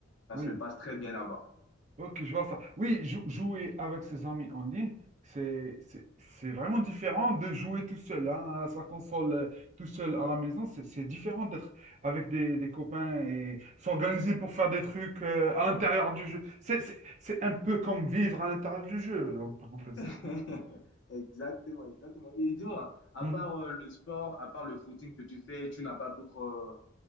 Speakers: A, on the left; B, on the right.
A: ça
B: oui.
A: se passe très bien là-bas.
B: Ok, je vois ça. Oui, jou- jouer avec ses amis en ligne, c'est c'est c'est vraiment différent de jouer tout seul hein, à sa console, euh, tout seul à la maison. C'est c'est différent d'être avec des, des copains et s'organiser pour faire des trucs euh, à l'intérieur du jeu. C'est c'est- c'est un peu comme vivre à l'intérieur du jeu, en parenthèse.
A: <laughs> Exactement, exactement. Et dis-moi, à
B: Mhm.
A: part euh, le sport, à part le footing que tu fais, tu n'as pas d'autres euh,